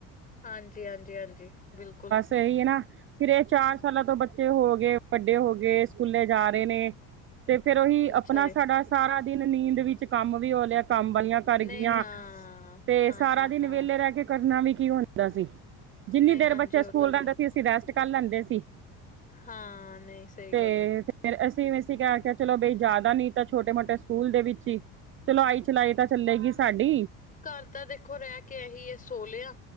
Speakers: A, on the left; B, on the right.
A: ਹਾਂਜੀ, ਹਾਂਜੀ, ਹਾਂਜੀ, ਬਿਲਕੁਲ।
B: ਸਹੀ ਏ ਨਾ, ਫਿਰ ਏ ਚਾਰ ਸਾਲਾਂ ਤੋਂ ਬੱਚੇ ਹੋਗੇ, ਵੱਡੇ ਹੋਗੇ, ਸਕੂਲੇ ਜਾਰੇ ਨੇ। ਤੇ ਫੇਰ ਓਹੀ
A: ਅੱਛਾ
B: ਅਪਨਾ,
A: ਜੀ
B: ਸਾਡਾ ਸਾਰਾ ਦਿਨ ਨੀਂਦ ਵਿੱਚ, ਕਾੰਮ ਵੀ ਹੋ ਲੇਆ, ਕਾੰਮ ਵਾਲੀਆਂ ਕਾਰ
A: ਨਹੀਂ
B: ਗਿਆਂ,
A: ਹਾਂ
B: ਤੇ
A: ਹਾਂ
B: ਸਾਰਾ
A: ਹਾਂ
B: ਦਿਨ
A: ਹਾਂ
B: ਵੇਲੇ ਰੈ ਕੇ ਕਰਨਾ ਵੀ ਕੀ ਹੁੰਦੈ ਅਸੀ। ਜਿੰਨੀ
A: ਨਹੀਂ
B: ਦੇਰ
A: ਹਾਂਜੀ
B: ਬੱਚੇ ਸਕੂਲ
A: ਉਹ ਤਾਂ
B: ਰੈਂਦੇ
A: ਹੈ
B: ਸੀ, ਅਸੀ ਰੈਸਟ ਕਾਰ ਲੈਂਦੇ ਸੀ।
A: ਹਾਂ, ਨਈ, ਸਈ
B: ਤੇ
A: ਗੱਲ ਐ।
B: ਫੇਰ ਅਸੀ ਵੇਸੀ ਕੇ ਆਖੇਆ ਚਲੋ ਬਈ ਜਾਦਾ ਨੀ ਤਾਂ ਛੋਟੇ-ਮੋਟੇ ਸੂਕੂਲ ਦੇ ਵਿੱਚ ਈ। ਚਲੋ ਆਈ ਚਲਾਈ ਤਾਂ ਚੱਲੇਗੀ ਸਾਡੀ।
A: ਘਾਰ ਤਾਂ ਦੇਖੋ, ਰੈ ਕੇ ਐਹੀ ਏ, ਸੋ ਲੇਆ,